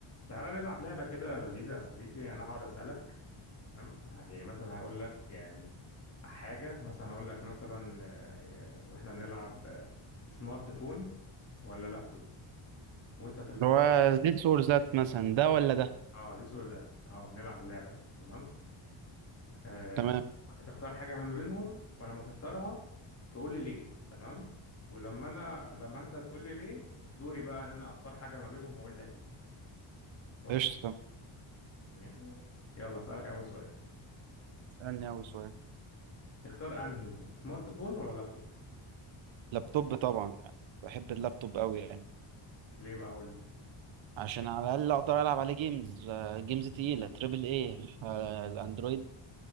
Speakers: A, on the left; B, on the right.
A: تعالى نلعب لعبة كده لذيذة يا صديقي أنا هقعد أسألك تمام ه- يعني مثلا هقول لك يعني حاجة مثلا أقول لك مثلا آه، وإحنا بنلعب آه، سمارت فون ولا لابتوب وأنت تختار
B: اللي هو
A: حاجة من-
B: ذيس اور ذات مثلا ده ولا ده
A: أه ذيس أور ذات أه نلعب اللعبة دي تمام آه،
B: تمام
A: وأنت تختار حاجة من بينهم ولما تختارها تقول لي ليه تمام ولما أنا لما أنت تقول لي ليه دوري بقى إن أنا أختار حاجة ما بينهم وأقول لك ليه وهكذا
B: قشطة
A: يعني يلا أسألك أول سؤال
B: اسألني أول سؤال
A: تختار انهي سمارت فون ولا لابتوب
B: لابتوب طبعا بحب اللابتوب أوي يعني
A: ليه بقى اقول لي
B: عشان على الأقل أقدر ألعب عليه جيمز آه، جيمز تقيلة تريبل إيه آه، الأندرويد